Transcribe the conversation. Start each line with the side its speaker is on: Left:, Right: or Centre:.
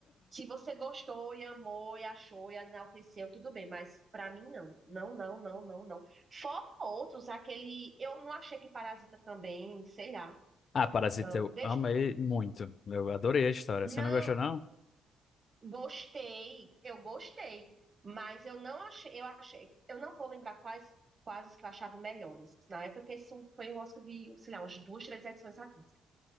Right: Se você gostou e amou e achou e enalteceu, tudo bem, mas pra mim não. Não, não, não, não, não. Fora outros, aquele. Eu não achei que Parasita também, sei lá.
Left: Ah, Parasita,
Right: Não,
Left: eu
Right: deixa.
Left: amei muito. Eu adorei a história.
Right: Não,
Left: Você não gostou, não?
Right: Gostei, eu gostei, mas eu não achei, eu achei, eu não vou lembrar quais, quais os que eu achava melhores. Na época, porque isso foi o Oscar de, sei lá, umas duas, três edições atrás.